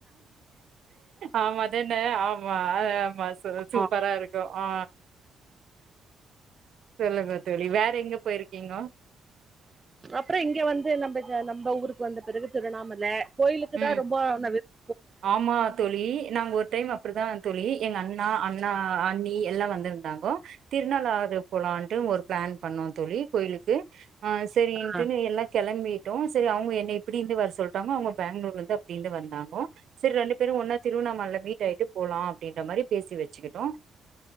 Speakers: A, on the right (about 60°); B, on the right (about 20°).
A: ஆமா தான ஆமா ஆமா சு சூப்பரா
B: ஆ
A: இருக்கு கு ஆ சொல்லுங்க தோழி வேற எங்க போயிருக்கீங்கோ
B: அப்புறம் இங்க வந்து நம்ப நம்ப ஊருக்கு வந்த பிறகு திருவண்ணாமலை கோயிலுக்கு
A: ம்
B: தான் ரொம்ப நா விரும்
A: ஆமா தோழி நாங்க ஒரு டைம் அப்டிதான் தோழி எங்க அண்ணா அண்ணா அண்ணி எல்லா வந்து இருந்தாங்கோ திருநள்ளாறு போலண்டு ஒரு பிளான் பண்ணோ தோழி கோயிலுக்கு ஆ சரி இன்ட்டுனு
B: ஆ
A: எல்லா கெளம்பி டு சரி அவுங்க என்னை இப்டி இருந்து வர சொல்டாங்கோ அவுங்க பேங்களூர்ல இருந்து அப்டி இருந்து வந்தாங்கோ சரி ரெண்டு பேரும் ஒன்னா திருவண்ணாமல மீ டாயிட்டு போலா அப்டின்ற மாரி பேசி வச்சிகிட்டோ